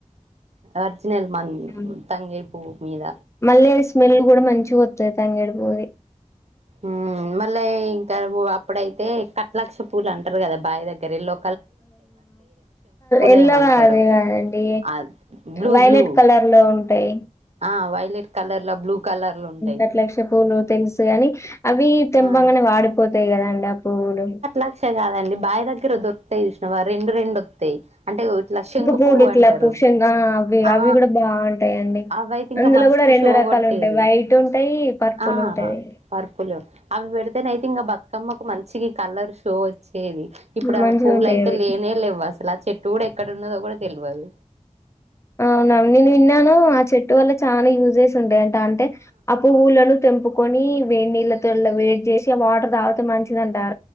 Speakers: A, on the right; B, on the left.
A: వర్జినల్ మన్
B: ఉ
A: తంగేడు పువ్వు మీద
B: మళ్ళీ స్మెల్ కూడా మంచిగా వతది తంగేడి పువ్వుది
A: ఆ మళ్ళీ ఇంకా అప్పుడైతే కట్లాక్ష పూలు అంటారు కదా బావి దగ్గర లో
B: ఎల్లో
A: ఏమో అంటారు
B: అదే కాదండి
A: ఆ బ్లూ
B: వైలెట్
A: బ్లూ
B: కలర్ లో ఉంటాయి
A: ఆ వైలేట్ కలర్ల బ్లూ కలర్లు ఉంటాయి
B: ఆ లక్ష పూలు తెలుసు కని అవి తెంపంగానే
A: ఆ
B: వాడిపోతాయి కదా అండి ఆ పువ్వులు
A: లక్ష కదండి బాయి దగ్గర వొ టాయి చూసినవ రెండు రెండు వస్తాయి అంటే ఇట్లా శంకు
B: పూలు
A: పువ్వు
B: ఇట్లా
A: అంటారు
B: పుషంగా అవి
A: ఆ
B: అవి కూడా బాగుంటాయిండి
A: అవి అయితే ఇంకా
B: అందులో
A: మస్తు
B: కూడా రెండు
A: షో
B: రకాలు
A: కొట్టేది
B: ఉంటాయి వైట్ ఉంటాయి పర్పుల్
A: ఆ
B: ఉంటది
A: పర్పులు అవి పెడతనైతే ఇంకా బతుకమ్మకు మంచి కలర్ షో వచ్చేది ఇప్పుడు
B: మంచిగా
A: ఆ పువ్లులయితే
B: ఉంటాయి అవి
A: లేనే లేవు అసలు ఆ చెట్టు కూడా ఎక్కడ ఉన్నదో కూడా తెలియదు
B: అవునవును నేను విన్నాను ఆ చెట్టు వల్ల చాలా యూజ్ స్ ఉంటాయి అంట అంటే ఆ పువ్వులను తెం కొని వేడి నీళ్ళతో వేట్ చేసి ఆ వాటర్ తాగితే మంచిదింట ఆ